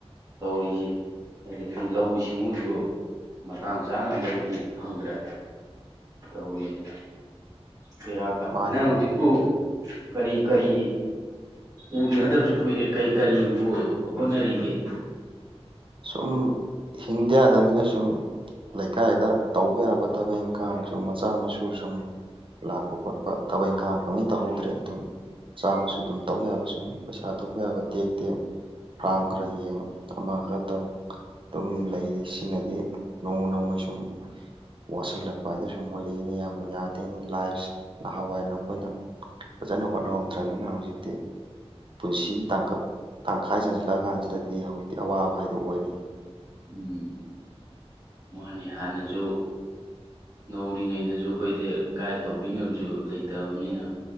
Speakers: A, on the right; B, on the right.
A: ꯇꯧꯔꯤꯁꯤ ꯑꯗꯩꯗꯤ ꯂꯧꯎ ꯁꯤꯡꯎꯁꯨ ꯃꯇꯥꯡ ꯆꯥꯅ ꯂꯧ ꯎꯕ ꯐꯪꯗ꯭ꯔꯦ ꯇꯧꯔꯤꯁꯦ ꯕꯦꯔꯥ ꯀꯥꯏ
B: ꯃꯥꯅꯤ
A: ꯅꯪ ꯍꯧꯖꯤꯛꯄꯨ ꯀꯔꯤ ꯀꯔꯤ ꯎꯅꯗꯕꯁꯨ ꯀꯨꯏꯔꯦ ꯀꯔꯤ ꯀꯔꯤꯕꯨ ꯍꯣꯠꯅꯔꯤꯒꯦ
B: ꯁꯨꯝ ꯍꯤꯡꯗ ꯌꯥꯗꯕꯅꯤꯅ ꯁꯨꯝ ꯂꯩꯀꯥꯏꯗ ꯇꯧꯕ ꯌꯥꯕ ꯊꯕꯛ ꯏꯪꯈꯥꯡ ꯁꯨꯝ ꯃꯆꯥ ꯃꯁꯨ ꯁꯨꯝ ꯂꯥꯛꯄ ꯈꯣꯠꯄ ꯊꯕꯛ ꯏꯪꯈꯥꯡ ꯐꯪꯉꯤ ꯇꯧꯍꯧꯗ꯭ꯔꯦ ꯑꯗꯨꯝ ꯃꯆꯥ-ꯃꯁꯨ ꯗꯨꯝ ꯇꯧ ꯌꯥꯕ ꯁꯨꯝ ꯄꯩꯁꯥ ꯊꯣꯛꯄ ꯌꯥꯕ ꯇꯦꯛ ꯇꯦꯛ ꯐꯥꯝ
A: ꯎꯝ
B: ꯈꯔ ꯌꯦꯡ ꯑꯃ ꯈꯔ ꯇꯧ ꯑꯗꯨꯝ ꯂꯩꯔꯤ ꯁꯤꯅꯗꯤ ꯅꯣꯡꯃ ꯅꯣꯡꯃꯩ ꯁꯨꯝ ꯋꯥꯠꯁꯤꯜꯂꯛꯄ ꯍꯥꯏꯗꯨ ꯁꯨꯝ ꯑꯣꯏꯔꯛꯏꯅꯦ ꯏꯌꯥꯝꯕ ꯌꯥꯗꯦꯅ ꯂꯥꯏꯐꯁꯦ ꯅꯍꯥꯟꯋꯥꯏ ꯑꯩꯈꯣꯏꯅ ꯐꯖꯅ ꯍꯣꯠꯅ ꯍꯧꯗ꯭ꯔꯕꯅꯤꯅ ꯍꯧꯖꯤꯛꯇꯤ ꯄꯨꯟꯁꯤꯒꯤ ꯇꯥꯡꯀꯛ ꯇꯪꯈꯥꯏ ꯆꯟꯁꯤꯜꯂꯛꯑ ꯀꯥꯟꯁꯤꯗꯗꯤ ꯍꯧꯖꯤꯛꯇꯤ ꯑꯋꯥꯕ ꯍꯥꯏꯗꯣ ꯑꯣꯏꯔꯦꯅꯦ
A: ꯎꯝ ꯃꯥꯅꯤ ꯍꯥꯟꯅꯁꯨ ꯅꯧꯔꯤꯉꯩꯗꯁꯨ ꯑꯩꯈꯣꯏꯗꯤ ꯒꯥꯏꯠ ꯇꯧꯕꯤꯅꯕꯁꯨ ꯂꯩꯇꯕꯅꯤꯅ